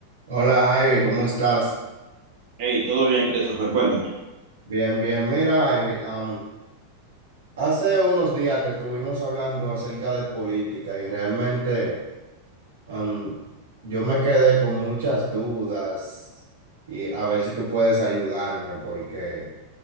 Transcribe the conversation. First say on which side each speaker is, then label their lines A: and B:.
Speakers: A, on the right; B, on the right.
A: Hola Javi, ¿cómo estás?
B: Hey, todo bien, Christopher, cuéntame.
A: Bien, bien. Mira, Javi, am, hace unos días que estuvimos hablando acerca de política y realmente am, yo me quedé con muchas dudas y a ver si tú puedes ayudarme porque,